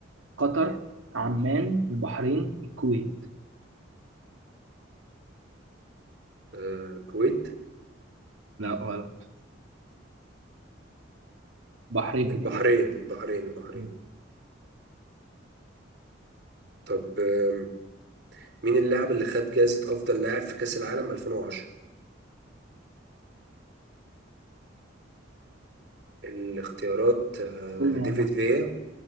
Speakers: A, on the right; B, on the right.
A: قطر عمان البحرين الكويت
B: آه، الكويت
A: لا غلط بحرين
B: البحرين
A: الإجابة
B: البحرين البحرين
A: قول
B: طب آم، مين اللاعب اللي خد جائزة أفضل لاعب في كأس العالم 2010 الاختيارات آه،
A: لي
B: ديفيد
A: يا عم احمد
B: فيا